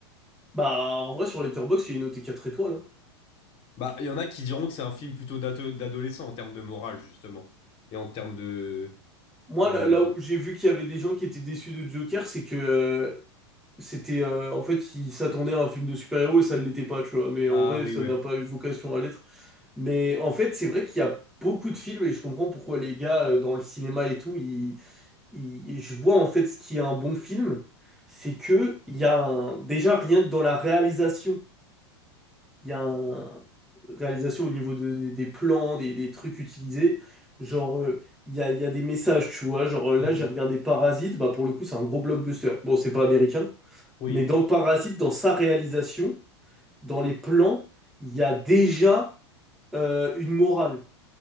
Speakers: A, in the centre; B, on the left.
A: Bah, en vrai, sur Letterboxd, il est noté quatre étoiles. hein.
B: Bah, il y en a qui diront que c'est un film plutôt d'ado- d'adolescent en termes de morale, justement, et en termes de,
A: Moi,
B: de,
A: là, là
B: de...
A: où j'ai vu qu'il y avait des gens qui étaient déçus de Joker, c'est que euh, C'était euh, en fait, il s'attendait à un film de super-héros et ça ne l'était pas, tu vois. Mais
B: Ah
A: en vrai,
B: oui,
A: ça
B: ouais.
A: n'a pas eu vocation à l'être. Mais en fait, c'est vrai qu'il y a beaucoup de films et je comprends pourquoi les gars euh, dans le cinéma et tout, ils, ils- je vois en fait ce qui est un bon film, c'est que il y a un- déjà rien que dans la réalisation, il y a un réalisation au niveau de- des plans, des, des trucs utilisés. Genre, euh, il y a, il y a des messages, tu vois.
B: <laughs>
A: Genre, euh, là,
B: Mhm.
A: j'ai regardé Parasite, bah pour le coup, c'est un gros blockbuster. Bon, c'est pas américain.
B: Oui.
A: Mais dans Parasite, dans sa réalisation, dans les plans, il y a déjà euh, une morale.